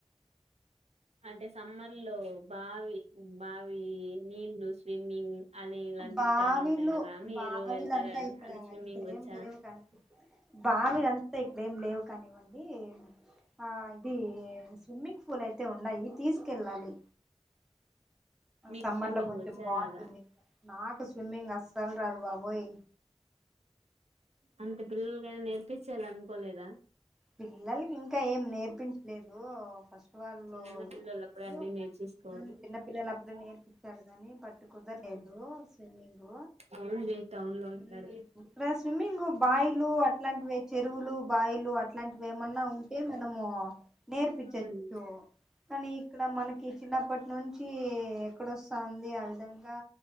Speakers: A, on the right; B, in the centre.
A: అంటే సమ్మర్ లో బావి బావి నీళ్లు స్విమ్మింగ్ అని ఇలాంటివి
B: బావిలు
A: చాలా ఉంటాయి కదా మీరు
B: బావిలుంతా
A: వెళ్తారా
B: ఇక్కడ
A: అంటే స్విమ్మింగ్
B: ఇక్కడేం
A: వచ్చా
B: లేవు కానీపి బావిలంతా ఇక్కడేం లేవు కానివ్వండి ఆ ఇది స్విమ్మింగ్ పూల్ అయితే ఉన్నాయి తీసుకెళ్ళాలి
A: మీక్
B: సమ్మర్
A: స్విమ్మింగ్
B: లో కొంచెం
A: వచ్చా
B: బాగుంటుంది
A: రదా
B: నాకు స్విమ్మింగ్ అస్సల్ రాదు బబూ ఓయ్
A: అంత బిల్ల్గా నేర్పిించస్త చేాల అనుకోలేదా
B: పిల్లలకి ఇంకా ఏం నేర్పించలేదు ఫస్ట్ వాళ్ళుప్పుడు
A: చిన్న పిల్లలప్పుడే అన్ని నేర్చేసుకోవాలి
B: చిన్న పిల్లలు అప్పుడే నేర్పించాలి కాని పట్టు కుదరలేదు స్విమ్మింగ్
A: అవునులే టౌన్ లో ఉంటారు
B: ఇ స్మ్ బాయిలు అట్లాంటివి చెరువులు బాయిలు ఇలాంటివి ఏమన్నా ఉంటే మనము నేర్పించచ్చు
A: ఉమ్
B: కానీ ఇక్కడ మనకి చిన్నప్పటి నుంచి ఎక్కడొస్తాంది ఆ విధంగా